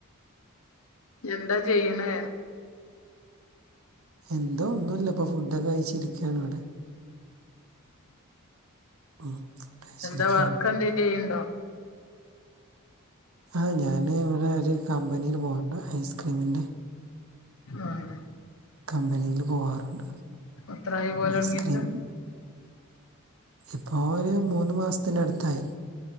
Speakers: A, on the left; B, on the right.
A: എന്താ ചെയ്യുന്നേ
B: എന്തോ ഒന്നുമില്ല ഇപ്പൊ ഫുഡ് ഒക്കെ കഴിച്ചിരിക്കയാണ് ഇവിടെ ഉം കഴിച്ചിരിക്കാണ്
A: എന്താ വർക്ക് എന്തേലും ചെയ്യുന്നുണ്ടോ
B: ആഹ് ഞാന് ഇവിടെ ഒരു കമ്പനിയിൽ പോകുന്നുണ്ട് ഐസ്ക്രീമിന്റെ
A: ആഹ്
B: കമ്പനിയിൽ പോകാറുണ്ട്
A: എത്രായി പോലൊടങ്ങീട്ട്
B: ഐസ്ക്രീം ഇപ്പോ ഒരു മൂന്ന് മാസത്തിന്റെ അടുത്തായി